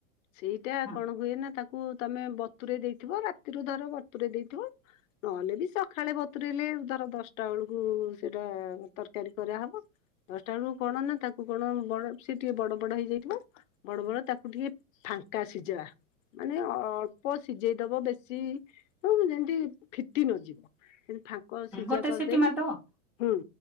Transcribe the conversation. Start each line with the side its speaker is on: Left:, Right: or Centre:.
Left: ସେଇଟା
Centre: ହଁ
Left: କଣ ହୁଏ ନା ତାକୁ ତମେ ବତୁରେଇ ଦେଇଥିବ ରାତିରୁ ଧର ବତୁରେଇ ଦେଇଥିବ ନହେଲେ ବି ସକାଳେ ବତୁରେଇଲେ ଧର ଦଶଟା ବେଳକୁ ସେଇଟା ତରକାରୀ କରାହବ। ଦଶଟା ବେଳକୁ କଣନା ତାକୁ କଣ ବଡ ସେ ଟିକେ ବଡ ବଡ ହେଇଯାଇଥିବ ବଡ଼ ବଡ଼ ତାକୁ ଟିକେ ଫାଙ୍କା ସିଝା, ମାନେ ଅଳ୍ପ ସିଝେଇଦବ, ବେଶୀ ହଁ, ଯେମତି ଫିଟି ନଯିବ, ସେମତି ଫାଙ୍କ ସିଝା
Centre: ଗୋଟେ
Left: କରିଦେଇକି
Centre: ସିଟି ମାରିଦବ
Left: ହୁଁ,